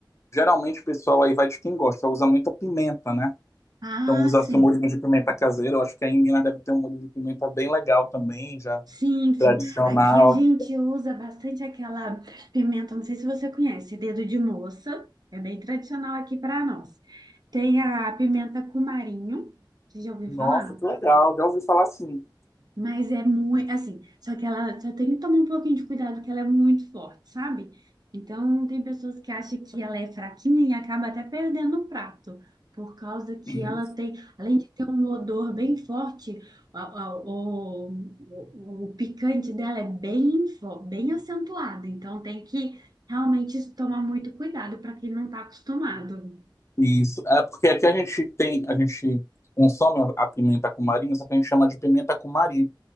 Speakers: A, on the left; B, on the right.
A: Geralmente o pessoal aí vai de quem gosta, usa muita pimenta, né?
B: Ah,
A: Então usa
B: sim.
A: seu molhinho de pimenta caseira. Eu acho que aí em Minas deve ter um molho de pimenta bem legal também, já
B: Sim, sim.
A: tradicional.
B: Aqui a gente usa bastante aquela pimenta, não sei se você conhece, dedo de moça. É bem tradicional aqui para nós. Tem a pimenta cumarinho. Você já ouviu
A: Nossa,
B: falar?
A: que legal, já ouvi falar assim.
B: Mas é muito, assim, só que ela só tem que tomar um pouquinho de cuidado, porque ela é muito forte, sabe? Então, tem pessoas que acham que ela é fraquinha e acaba até perdendo o prato, por causa que
A: Isso.
B: ela tem, além de ter um odor bem forte, a- a- o, o, o picante dela é bem, fo- bem acentuado. Então, tem que realmente tomar muito cuidado para quem não está acostumado.
A: Isso. É porque aqui a gente tem, a gente consome a pimenta cumari, só que a gente chama de pimenta cumari.